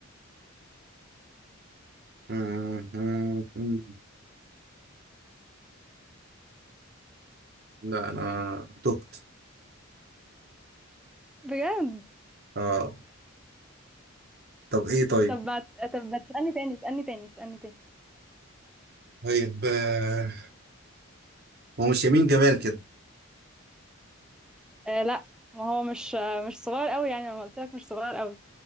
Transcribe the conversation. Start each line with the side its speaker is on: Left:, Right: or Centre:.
Right: آه، آه، آه. لا انا تهت
Centre: بجد
Right: اه طب ايه طيب؟
Centre: طب ما طب ما تسالني تاني اسالني تاني اسالني تاني
Right: طيب آه، هو مش يمين جمال كده
Centre: آه لا ما هو مش آه، مش صغير قوي يعني انا قلت لك مش صغير قوي